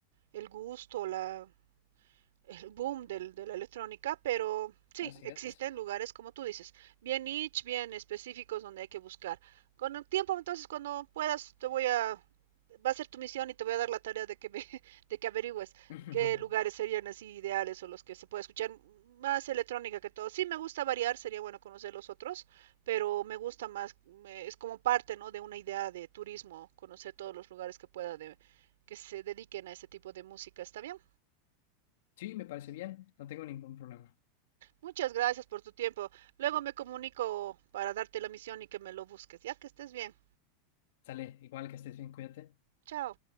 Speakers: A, on the right (about 85°); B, on the left (about 70°).
A: el gusto, la, el boom del- de la electrónica, pero sí,
B: así
A: existen
B: es.
A: lugares, como tú dices, bien niche, bien específicos donde hay que buscar. Con el tiempo, entonces, cuando puedas, te voy a, va a ser tu misión y te voy a dar la tarea de que me- <laughs> de que averigües
B: <laughs>
A: qué lugares serían así ideales o los que se puede escuchar más electrónica que todo. Sí, me gusta variar, sería bueno conocer los otros, pero me gusta más, me- es como parte, ¿no? de una idea de turismo, conocer todos los lugares que pueda de, que se dediquen a ese tipo de música. ¿Está bien?
B: Sí, me parece bien, no tengo ningún problema.
A: Muchas gracias por tu tiempo. Luego me comunico para darte la misión y que me lo busques, ya que estés bien.
B: Sale, igual que estés bien, cuídate.
A: Chao.